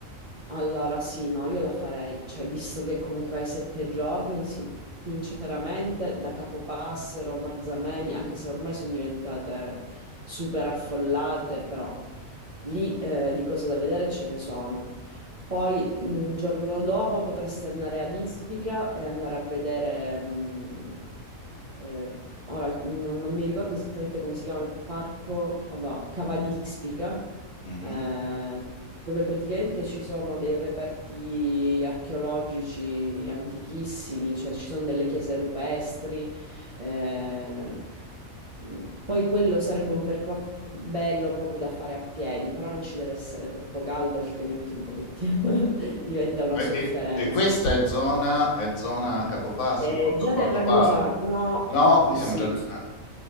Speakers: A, on the right (about 50°); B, on the left (about 80°).
A: Allora, sì, no, io la farei. Cioè, visto che comunque hai sette giorni, sì, sinceramente, da Capopassero, Marzamemi, anche se ormai sono diventate super affollate, però lì eh, di cose da vedere ce ne sono. Poi il giorno dopo potresti andare ad Ispica e andare a vedere, mh, eh, ora non, non mi ricordo esattamente come si chiama il parco, vabbè, Cava di Ispica,
B: Mhm.
A: eh, dove praticamente ci sono dei reperti archeologici antichissimi, cioè ci sono delle chiese rupestri, eh, Mm, Poi quello sarebbe un percorso bello proprio da fare a piedi, però non ci deve essere troppo caldo, altrimenti un pochettino <laughs> diventa
B: Mh.
A: una sofferenza.
B: E e e questa è zona è zona Capopassero,
A: Eh,
B: Porto
A: già
B: Portopalo?
A: del Ragusa, no,
B: No, qui
A: sì,
B: siamo già n ah,